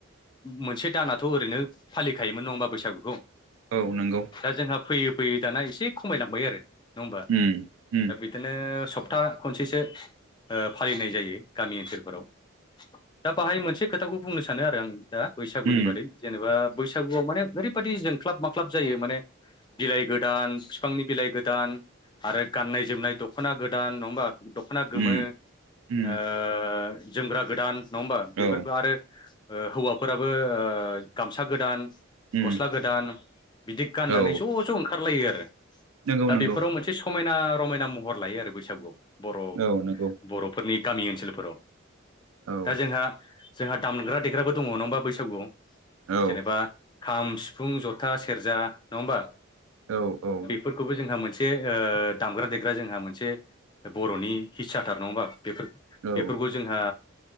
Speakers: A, on the left (about 20°); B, on the right (about 80°).
A: मोनसे दानाथ' ओरैनो फालिखायोमोन नङा होमबा बैसागुखौ?
B: औ नोंगौ
A: दा जोंहा फैयै फैयै दाना एसे खमायलांबाय आरो नङा होमबा।
B: उम उम
A: दा बिदिनो सप्ता खनसेसो ओ फालिनाय जायो गामि ओनसोलफोराव दा बाहाय मोनसे खोथाखौ बुंनो सानो आरो आं दा बैसागुनि
B: उम
A: बादै जेनेबा बैसागुआव माने ओरैबायदि जोंख्लाब माख्लाब जायो माने बिलाइ गोदान बिफांनि बिलाइ गोदान आरो गाननाय जोमनाय दख'ना गोदान नङा होमबा। दख'ना गोमो
B: उम उम
A: ओ जोमग्रा गोदान नङा होमबा बेफोरखौ
B: औ
A: आरो हौवाफोराबो ओ गामसा गोदान
B: उम
A: गस्ला गोदान बिदि गाननानै
B: औ
A: ज' ज' ओंखारलायो आरो
B: नंगौ
A: दा
B: नंगौ
A: बेफोराव मोनसे स मायना रमायना महर लायो आरो बैसागुआव बर'
B: औ नंगौ
A: बर' फोरनि गामि ओनसोलफोराव
B: औ
A: दा जोंहा जोंहा दामग्रा देग्राबो दङ नङा होनबा बैसागुआव
B: औ
A: जेनेबा खाम सिफुं जथा सेरजा नङा होमबा
B: औ औ
A: फोरखौबो जोंहा मोनसे ओ दामग्रा देग्रा जोंहा मोनसे बर'नि हिस्साथार नङा होमबा बेफोर
B: औ
A: बेफोरखौ जोंहा